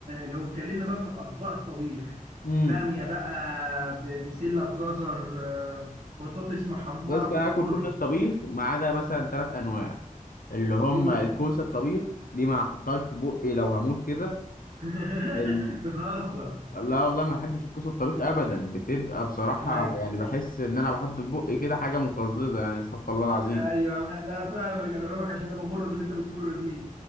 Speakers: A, on the right; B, on the left.
A: لو اتكلمنا بقى في اطباق الطبيخ
B: امم
A: باميه بقى ب- بسله بجزر آه، بطاطس محمره
B: بس كان
A: في الفرن
B: هاكل كل الطبيخ ما عدا مثلا ثلاث انواع اللي هم
A: قول
B: الكوسه الطبيخ دي ما احطهاش في بقي لو هموت كده
A: <laughs>
B: ال...
A: بتهزر
B: لا والله ما احبش الكوسه الطبيخ ابدا بتبقى بصراحه
A: ايوه
B: يعني بحس ان انا بحط في بقي كده حاجه مقززه يعني استغفر الله العظيم
A: ايوه لا فاهمك انا فاهمك عشان انا بمر باللي انت بتمر بيه